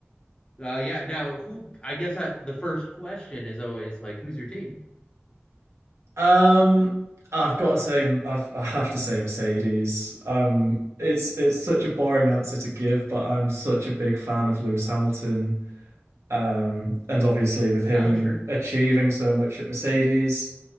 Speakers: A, on the left; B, on the right.
A: Uh, yeah. Now, who, I guess I, the first question is always like, who's your team?
B: Um I've got to say I've I have to say Mercedes. Um it's it's such a boring answer to give, but I'm such a big fan of Lewis Hamilton. Um, and obviously, with him
A: Oh, sure.
B: achieving so much at Mercedes,